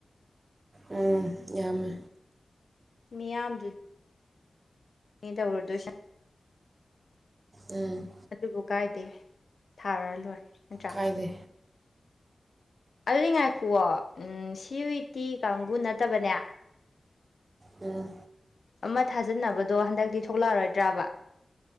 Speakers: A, on the right; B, on the left.
A: ꯎꯝ ꯌꯥꯝꯃꯦ
B: ꯃꯤꯌꯥꯝꯁꯨ ꯃꯤꯗ ꯎꯔꯗꯨꯨ
A: ꯎꯝ
B: ꯑꯗꯨꯕꯨ ꯀꯥꯏꯗꯦ ꯊꯥꯔ ꯂꯣꯏꯔꯦ ꯅꯠꯇ꯭ꯔꯥ
A: ꯀꯥꯏꯗꯦ
B: ꯑꯗꯨꯗꯤ ꯉꯥꯏꯈꯨꯑꯣꯣ ꯁꯤꯋꯤ ꯇꯤ ꯀꯥꯡꯒꯨ ꯅꯠꯇꯕꯅꯦ
A: ꯎ
B: ꯑꯃ ꯊꯥꯖꯕꯗꯣ ꯍꯟꯗꯛꯇꯤ ꯊꯣꯛꯂꯛꯑꯔꯣꯏꯗ꯭ꯔꯕ